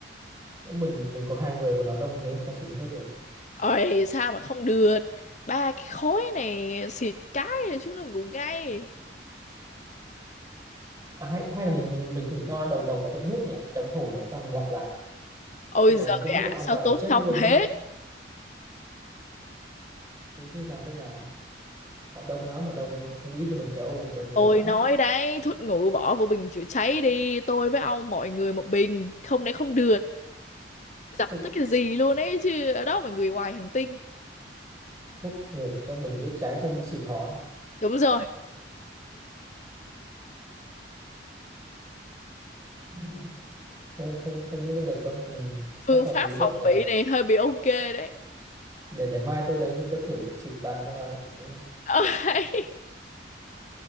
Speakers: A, on the right; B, on the left.
A: mình mình có hai người mà nó đông thế làm sao xịt được hết được
B: ôi sao mà không được ba cái khối này xịt cái là chúng nó ngủ ngay
A: à, hay hay là mình mình mình thử cho đầu độc vào trong nước nhỉ trong hồ đấy xong mình lọc lại
B: ôi
A: tụi này
B: giời
A: nó không biết nó
B: ạ
A: ăn
B: sao
A: vào
B: tốn
A: nó chết
B: công
A: luôn ý
B: thế
A: thế thì làm cách nào họ đông lắm họ đông nó không ít như mình đâu đông người
B: Tôi
A: lắm
B: nói đấy, thuốc ngủ bỏ vô bình chữa cháy đi, tôi với ông mọi người một bình, không đấy không được. dập
A: Thế
B: tắt cái gì luôn ấy chứ ở đó mà người ngoài hành tinh
A: thuốc ngủ trong bình chữa cháy xong đi xịt họ á?
B: đúng rồi
A: à <laughs> không không không biết có được không ừ, chắc
B: phương
A: hợp
B: pháp
A: lý đấy
B: phòng
A: nhỉ
B: bị này hơi bị ok đấy
A: để để mai tôi đấy tôi thử xịt vào xem vào
B: <laughs>